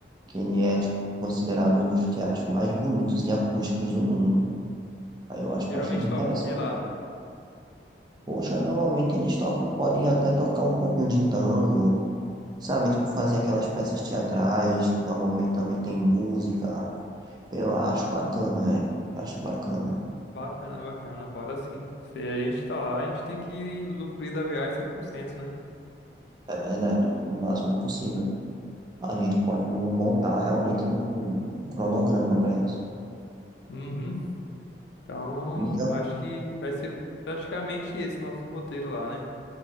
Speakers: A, on the right; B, on the left.
A: que ele é tipo, considerado um dos teatros mais bonitos e acústicos do mundo. Aí eu acho
B: Geralmente
A: bastante interessante.
B: toca o que lá?
A: Poxa, normalmente eles tocam, podem até tocar um pouquinho de tango, sabe? Tipo, fazer aquelas peças teatrais, que normalmente também tem música. Eu acho bacana, velho. Acho bacana.
B: Bacana, bacana, bora sim. Se a gente tá lá, a gente tem que usufruir da viagem 100%, né?
A: É verdade, o máximo possível. A gente pode mo- montar realmente um, um cronograma para isso.
B: Uhum. Então,
A: Então,
B: acho que vai ser praticamente esse nosso roteiro lá, né?